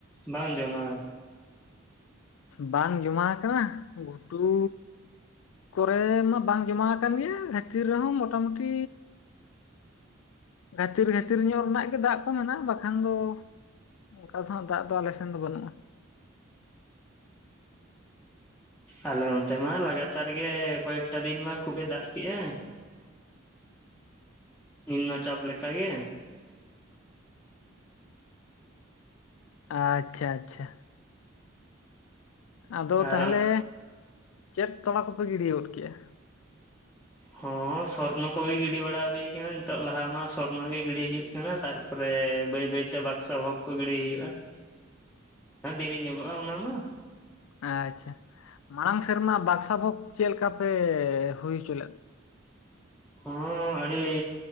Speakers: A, in the centre; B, on the left.
A: ᱵᱟᱝ ᱡᱚᱢᱟ
B: ᱵᱟᱝ ᱡᱚᱢᱟ ᱟᱠᱟᱱᱟ ᱜᱷᱩᱴᱩ ᱠᱚᱨᱮ ᱢᱟ ᱵᱟᱝ ᱡᱚᱢᱟ ᱟᱠᱟᱱ ᱜᱮᱭᱟ ᱜᱟᱹᱛᱤᱨ ᱨᱮᱦᱚᱸ ᱢᱚᱴᱟᱢᱩᱴᱤ ᱜᱷᱟᱛᱤᱨ ᱜᱷᱟᱛᱤᱨ ᱧᱚᱜ ᱨᱮᱱᱟᱜ ᱜᱮ ᱫᱟᱜ ᱠᱚ ᱢᱮᱱᱟᱜᱼᱟ ᱵᱟᱠᱷᱟᱱ ᱫᱚ ᱚᱱᱠᱟ ᱫᱚᱦᱟᱸᱜ ᱫᱟᱜ ᱫᱚ ᱟᱞᱮ ᱥᱮᱱ ᱫᱚ ᱵᱟᱹᱱᱩᱜᱼᱟ
A: ᱟᱞᱮ ᱱᱚᱛᱮ ᱢᱟ ᱞᱟᱜᱟᱛᱟᱨ ᱜᱮ ᱠᱚᱭᱮᱠᱴᱟ ᱫᱤᱱ ᱢᱟ ᱠᱷᱩᱵ ᱮ ᱫᱟᱜ ᱠᱮᱜᱼᱟ ᱱᱤᱨᱱᱚ ᱪᱟᱯ ᱞᱮᱠᱟ ᱜᱮ
B: ᱟᱪᱪᱷᱟ ᱟᱪᱪᱷᱟ ᱟᱫᱚ
A: ᱟᱨ
B: ᱛᱟᱦᱚᱞᱮ ᱪᱮᱫ ᱛᱚᱲᱟ ᱠᱚᱯᱮ ᱜᱤᱰᱤ ᱜᱚᱫ ᱠᱮᱜᱼᱟ
A: ᱦᱚᱸ ᱥᱚᱨᱱᱚ ᱠᱚᱜᱮ ᱜᱤᱰᱤ ᱵᱟᱲᱟ ᱦᱩᱭ ᱠᱟᱱᱟ ᱱᱤᱛᱚᱜ ᱞᱟᱦᱟ ᱢᱟ ᱥᱚᱨᱱᱚ ᱜᱮ ᱜᱤᱰᱤ ᱦᱩᱭᱩᱜ ᱠᱟᱱᱟ ᱛᱟᱨ ᱛᱟᱨᱯᱚᱨᱮ ᱵᱟᱹᱭ ᱵᱟᱹᱭᱛᱮ ᱵᱟᱠᱥᱟ ᱵᱷᱳᱜᱽ ᱠᱚ ᱜᱤᱰᱤ ᱦᱩᱭᱩᱜᱼᱟ ᱾
B: <inaudible>
A: ᱫᱮᱨᱤ ᱧᱚᱜᱚᱜᱼᱟ ᱚᱱᱟ ᱢᱟ ᱾
B: ᱟᱪᱪᱷᱟ ᱢᱟᱲᱟᱝ ᱥᱮᱨᱢᱟ ᱵᱟᱠᱥᱟ ᱵᱷᱳᱜᱽ ᱪᱮᱫ ᱞᱮᱠᱟ ᱯᱮ ᱦᱩᱭ ᱦᱚᱪᱚ ᱞᱮᱫ
A: ᱦᱚᱸ ᱟᱹᱰᱤ